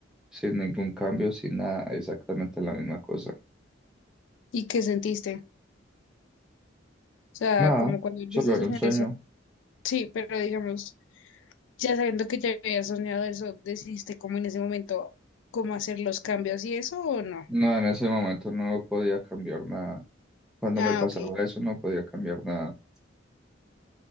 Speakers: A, in the centre; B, on the left.
A: sin ningún cambio, sin nada, exactamente la misma cosa.
B: ¿y qué sentiste? O sea,
A: Nada,
B: como cuando volviste
A: solo
B: a
A: era
B: soñar
A: un sueño.
B: eso. Sí, pero digamos. Ya sabiendo que ya había soñado eso, ¿decidiste como en ese momento cómo hacer los cambios y eso o no?
A: No, en ese momento no podía cambiar nada. Cuando
B: Ah,
A: me pasaba
B: ok,
A: eso no podía cambiar nada,